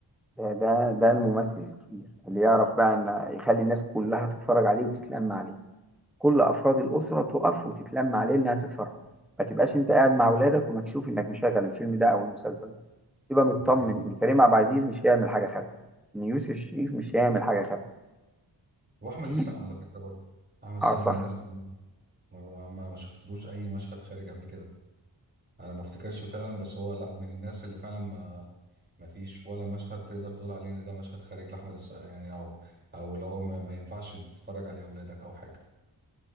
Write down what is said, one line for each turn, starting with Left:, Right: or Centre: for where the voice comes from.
Centre: ده ده ده الممثل الكبير اللي يعرف بقى ان يخلي الناس كلها تتفرج عليه وتتلم عليه كل افراد الاسره تقف وتتلم عليه انها تتفرج ما تبقاش انت قاعد مع اولادك ومكشوف انك مشغل الفيلم ده او المسلسل ده تبقى مطمن
Right: بالظبط
Centre: ان كريم عبد العزيز مش هيعمل حاجه خارجه ان يوسف الشريف مش هيعمل حاجه خارجه
Right: واحمد
Centre: دي
Right: السقا على فكره برضه احمد السقا
Centre: اه
Right: من
Centre: صح
Right: الناس اللي ما, ما ما شفتلوش اي مشهد خارج قبل كده انا ما افتكرش فعلا بس هو لا من الناس اللي فعلا ما ما فيش ولا مشهد تقدر تقول عليه ان ده مشهد خارج لاحمد السقا يعني او او اللي هو ما, ما ينفعش تتفرج عليه اولادك او حاجه